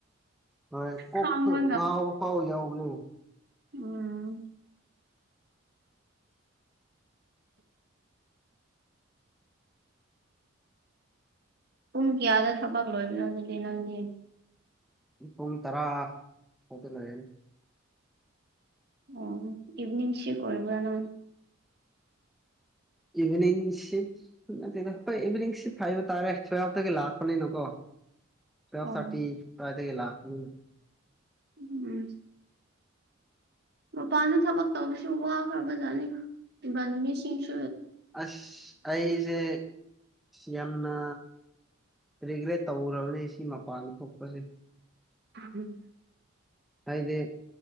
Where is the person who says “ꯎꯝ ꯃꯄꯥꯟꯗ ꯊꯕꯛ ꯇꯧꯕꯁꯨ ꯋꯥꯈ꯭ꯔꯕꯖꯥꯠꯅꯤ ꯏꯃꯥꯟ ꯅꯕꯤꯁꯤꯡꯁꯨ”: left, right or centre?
Right